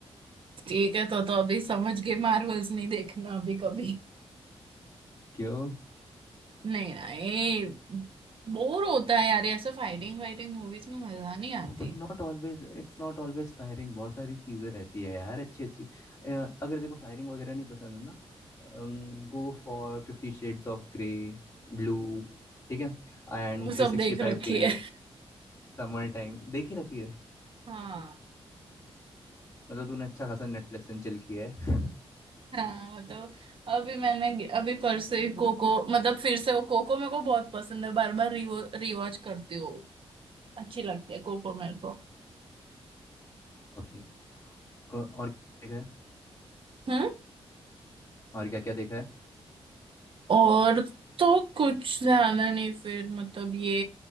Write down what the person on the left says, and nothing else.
क्यों
Not always it's not always firing बहुत सारी चीजें रहती है यार अच्छी अच्छी अ, अगर देखो फायरिंग वगैरह नहीं पसंद ना go for fifty shades of grey blue ठीक है And
थ्री सिक्सटी
फाइव days
समर टाइम देख ही रखी है
मतलब तूने अच्छा खासा नेटफ्लिक्स एंड चिल किया है
ओके को- और क्या देखा है
और क्या क्या देखा है